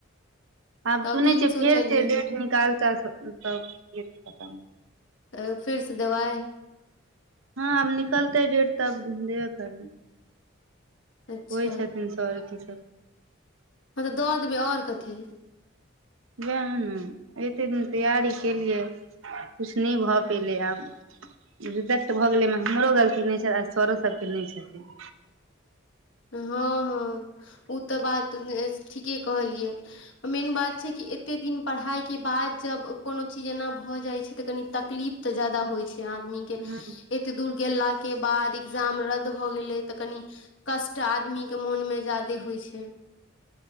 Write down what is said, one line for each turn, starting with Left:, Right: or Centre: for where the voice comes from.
Right: आब
Left: तऽ
Right: सुनै
Left: की
Right: छियै
Left: सोचलियै
Right: फेर से
Left: हन
Right: डेट निकालते तब पता
Left: तऽ फेरसँ देबाइ
Right: हँ आब निकलतै डेट तब देबे करबै
Left: अच्छा
Right: होइ छथिन सर की सब
Left: हँ तऽ दऽ देबै आओर कथी
Right: उएह ने एतेक दिन तैयारी केलियै किछु नय भऽ पयलै आब रिजेक्ट भऽ गेलै एहिम हमरो गलती नइ छै आ सरो सभके नइ छथिन
Left: हँ हँ ओ तऽ बात ठीके कहलियै मेन बात छै कि एते दिन पढ़ाई के बाद जब कोनो चीज एना भऽ जाय छै तऽ कनी तक तकलीफ तऽ जदा होइ छै आदमी के
Right: हँ
Left: एते दूर गेला के बाद एकग्जाम रद्द भ गेले तऽ कनि कष्ट आदमी के मोन मे ज्यादे होइ छै